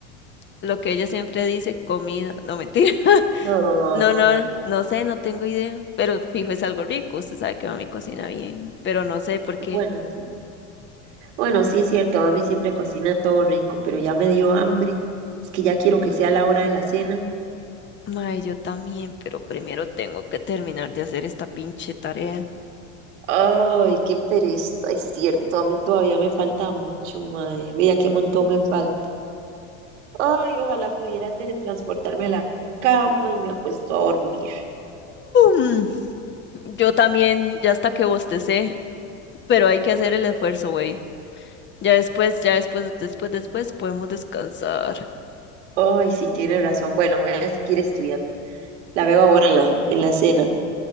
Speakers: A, on the left; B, on the right.
A: Lo que ella siempre dice, comida. No, mentira. <laughs>
B: No,
A: No, no, no sé, no tengo idea. Pero fijo es algo rico. Usted sabe que mami cocina bien. Pero no sé por qué.
B: bueno, sí. Bueno, sí es cierto, mami siempre cocina todo rico, pero ya me dio hambre. Es que ya quiero que sea la hora de la cena.
A: Mae, yo también, pero primero tengo que terminar de hacer esta pinche tarea.
B: Ay, qué pereza, es cierto, a mí todavía me falta mucho, mae. Vea qué montón me falta. Ay, ojalá pudiera teletransportarme a la cama y me acuesto a dormir.
A: Mm, yo también, ya hasta que bostecé, pero hay que hacer el esfuerzo, güey. Ya después, ya después, después, después podemos descansar.
B: Ay, sí, tiene razón. Bueno, voy a seguir estudiando. La veo ahora en la, en la cena.